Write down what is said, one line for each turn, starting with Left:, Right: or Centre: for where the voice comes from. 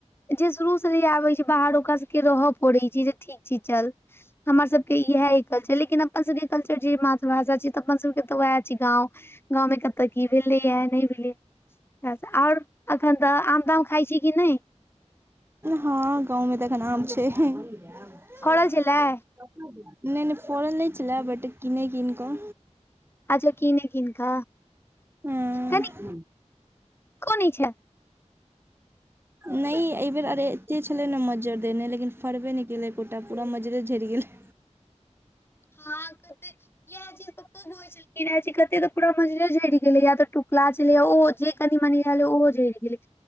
Left: जे शुरू से ही आबै छै बाहर ओकरा सबके रहय पड़ैत छै जे ठीक छै चल हमर सब इएह ह कल्चर लेकिन अपन सबके कल्चर छै मातृभाषा छी तऽ अपन सबके के तऽ उएह छी गाँव गाँव में कतऽ क भेलै या नहि भेलै आओर एखन तऽ आम ताम खाइ छी कि नहि
Right: हँ गाँवमे त नाम छै नहि
Left: फड़ल छलै
Right: नहि फोरन नहि छलै बट किनै कन कऽ
Left: अच्छा किने कन् क
Right: हँ
Left: कनि कोन इ छै
Right: न एहि बेर अरे एते छले ने मज्जर देने लेकिन फरबे नहि के एकोटा पूरा मजरे झरिि गेले
Left: हँ कते इह छलखिन कते त पूरा मजिला झरि गेलै या त क्लास लै ओहो जे कनि मनी रहलै ओहो जरि गेलै